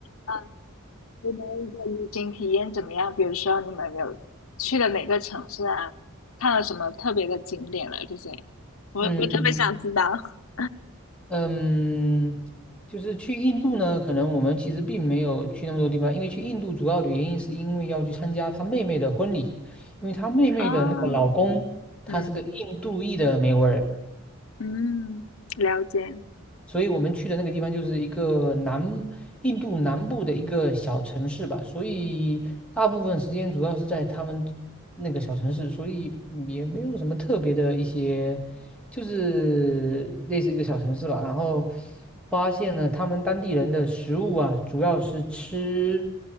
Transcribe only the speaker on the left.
嗯，你们的旅行体验怎么样？比如说你们有去了哪个城市啊？看了什么特别的景点了？这些，我我特别想知道。
<laughs>
啊，嗯嗯，了解，